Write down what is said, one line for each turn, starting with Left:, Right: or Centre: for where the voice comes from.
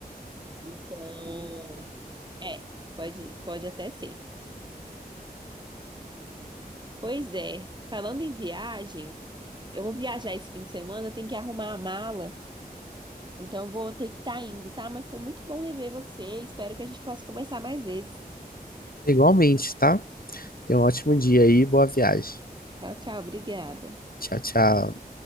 Right: Então, é, pode, pode até ser. Pois é, falando em viagem, eu vou viajar esse fim de semana, eu tenho que arrumar a mala, então eu vou ter que estar indo, tá? Mas foi muito bom rever você, espero que a gente possa conversar mais vezes.
Left: Igualmente, tá? Tenha um ótimo dia aí, boa viagem.
Right: Tchau, tchau, obrigada.
Left: Tchau, tchau.